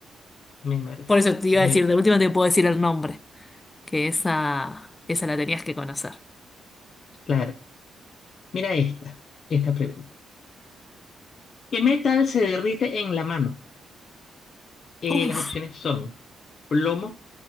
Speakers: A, on the left; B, on the left.
A: me merece.
B: Por eso te iba
A: Me-
B: a decir, de última te puedo decir el nombre, que esa, esa la tenías que conocer.
A: claro. Mira esta, esta pregunta. ¿Qué metal se derrite en la mano? Eh,
B: Uf,
A: las opciones son plomo,